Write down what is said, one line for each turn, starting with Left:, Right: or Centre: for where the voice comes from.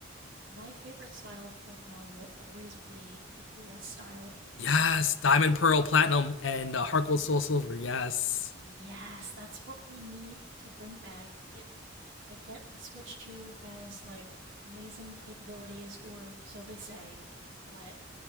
Right: My favorite style of Pokemon will always be the DS style of games.
Left: Yes, Diamond, Pearl, Platinum, and uh, Heart Gold, Soul, Silver. Yes,
Right: Yes, that's what we need to bring back. It I get the Switch 2 has like amazing capabilities or so they say, but